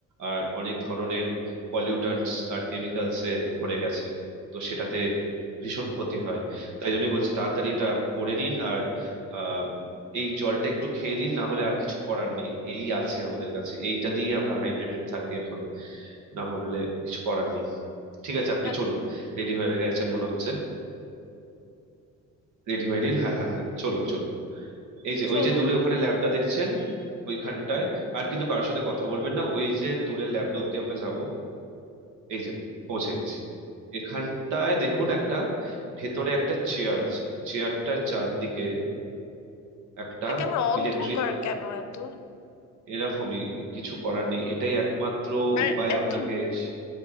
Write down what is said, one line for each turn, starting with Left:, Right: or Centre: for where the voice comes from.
Right: আর অনেক ধরনের পলিউটান্টস আর কেমিক্যালসে ভরে গেছে তো সেটাতে ভীষণ ক্ষতি হয় তাই জন্যই বলছি তাড়াতাড়ি এটা পড়ে নিন আর আহ, এই জলটা একটু খেয়ে নিন না হলে আর কিছু করার নেই এই আছে আমাদের কাছে এইটা দিয়েই আমরা হাইড্রেটেড থাকি এখন না হলে কিছু করার নেই ঠিক আছে আপনি
Left: আহ,
Right: চলুন রেডি হয়ে গেছেন মনে হচ্ছে রেডি হয়ে নিন হ্যাঁ হ্যাঁ হ্যাঁ চলুন চলুন এই যে
Left: চলো
Right: ওই যে দূরে ওখানে ল্যাবটা দেখছেন ওইখানটায় আর কিন্তু কারোর সাথে কথা বলবেন না ওই যে দূরের ল্যাবটা অব্দি আমরা যাব এই যে পৌঁছে গেছি এখানটায় দেখুন একটা ভেতরে একটা চেয়ার আছে চেয়ারটার চারদিকে একটা
Left: এটা কেমন অন্ধকার
Right: ইলেকট্রিক
Left: কেন এত
Right: এরকমই কিছু করার নেই এটাই একমাত্র
Left: আর
Right: উপায়
Left: এত
Right: আপনাকে সে-